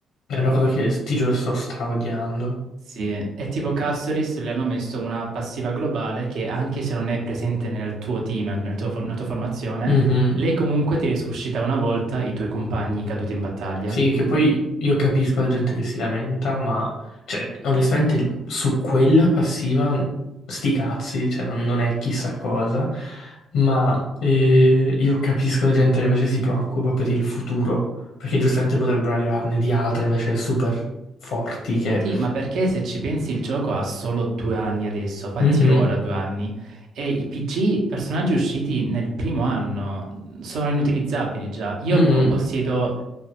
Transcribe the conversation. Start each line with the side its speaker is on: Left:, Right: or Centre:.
Left: È una cosa che sti giorni sto straodiando.
Right: Sì, è tipo Castoris, le hanno messo una passiva globale che anche se non è presente nel tuo team, nel tuo- nella tua formazione,
Left: Mhm.
Right: lei comunque ti risuscita una volta i tuoi compagni caduti in battaglia.
Left: Sì, che poi
Right: E-
Left: io capisco la gente che si lamenta, ma cioè, onestamente su quella passiva, sti cazzi, cioè, non, non è chissà cosa, ma eh, io capisco la gente che invece si preoccupa per il futuro, perché giustamente potrebbero arrivarne di altre invece super forti che...
Right: sì, ma perché se ci pensi il gioco ha solo due anni adesso, fatti
Left: Mhm.
Right: ora due anni, e i PG, personaggi usciti nel primo anno, sono inutilizzabili già. Io
Left: Mhm.
Right: ho possiedo